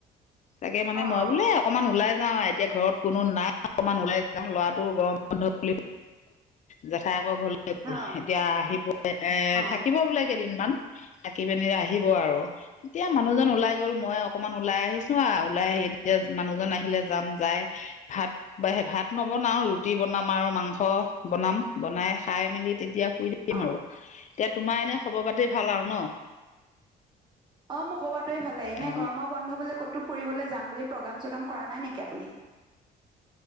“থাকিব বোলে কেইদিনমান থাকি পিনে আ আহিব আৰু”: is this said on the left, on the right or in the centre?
Left